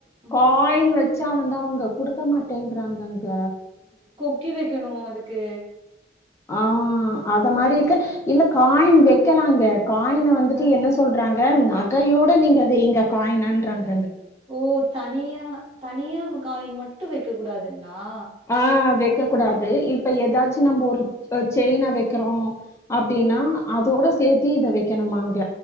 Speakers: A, on the right (about 30°); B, on the left (about 15°).
A: ம்,
B: காயின் வச் ச்சா வந்து அவுங்க குடுக்க மாட்டேங்கறாங்கங்க
A: கொக்கி வைக்கணு அதுக்கு
B: ஆஹ் அத மாரி இருக்க இல்ல காயின் வைக்கலாங்க காயின வந்துட்டு
A: அஹ்,
B: என்ன சொல்றாங் க நகையோட நீங்க அது எங்க காயினன்றாங்க
A: ஓ தனியா தனியா காயின் மட் டு வைக்க கூடாது ஆ
B: ஆ வெக்க கூடாது இப்ப ஏதாச்சு நம்ப ஒரு செயின்னா வைக்கிறோ அப்படின்னா அதோட சேர்த்தி இத வைக்கணுமாங்க